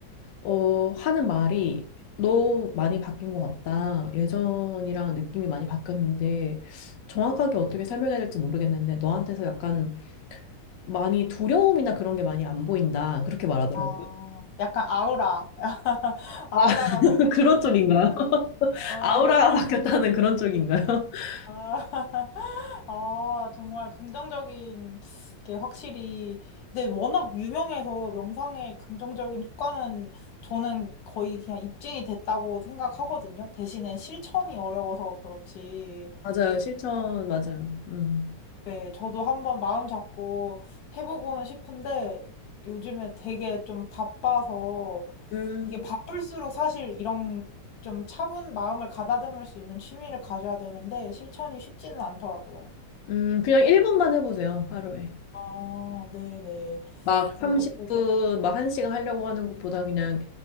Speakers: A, on the left; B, on the left.
A: 어, 하는 말이 너 많이 바뀐 것 같다. 예전이랑 느낌이 많이 바뀌었는데 정확하게 어떻게 설명해야 될지 모르겠는데 너한테서 약간 많이 두려움이나 그런 게 많이 안 보인다. 그렇게 말하더라고요.
B: 아, 약간 아우라. <laughs> 아우라가
A: 아, <laughs>
B: 생긴.
A: 그런 쪽인가요? <laughs>
B: 아,
A: 아우라가
B: 네.
A: 바뀌었다는 그런 쪽인가요? <laughs>
B: 아, <laughs> 아, 정말 긍정적인 게 확실히. 근데 워낙 유명해서 명상의 긍정적인 효과는 저는 거의 그냥 입증이 됐다고 생각하거든요. 대신에 실천이 어려워서 그렇지.
A: 맞아요. 실천, 맞아요.
B: 어,
A: 음.
B: 네, 저도 한번 마음 잡고 해보고는 싶은데 요즘에 되게 좀 바빠서
A: 음,
B: 이게 바쁠수록 사실 이런 좀 차분 마음을 가다듬을 수 있는 취미를 가져야 되는데 실천이 쉽지는 않더라고요.
A: 음, 그냥 1분만 해보세요. 하루에.
B: 아, 네네.
A: 막
B: 그래서
A: 30분,
B: 또,
A: 막 한 시간 하려고 하는 것보다 그냥